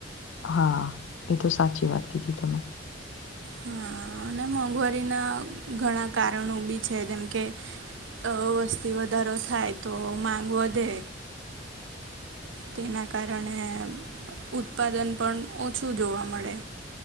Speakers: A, on the left (about 75°); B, on the right (about 80°).
A: હા. એ તો સાચી વાત કીધી તમે.
B: હા અને મોંઘવારીના ઘણા કારણો બી છે જેમ કે અહ વસ્તી વધારો થાય તો માંગ વધે. તેના કારણે ઉત્પાદન પણ ઓછું જોવા મળે.